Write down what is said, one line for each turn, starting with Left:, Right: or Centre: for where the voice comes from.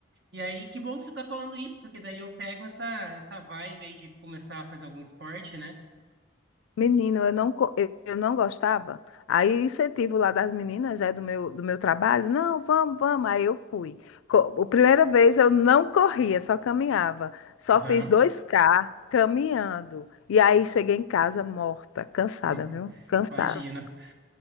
Right: E aí, que bom que você tá falando isso, porque daí eu pego essa, essa vibe aí de começar a fazer algum esporte, né?
Left: Menino, eu não, co- eu eu não gostava. Aí o incentivo lá das meninas, né, do meu, do meu trabalho, não, vamos, vamos. Aí eu fui. Co- A primeira vez eu não corria, só caminhava. Só
Right: Aham,
Left: fiz dois k caminhando. E aí cheguei em casa morta, cansada,
Right: <laughs>
Left: viu? Cansada.
Right: imagino.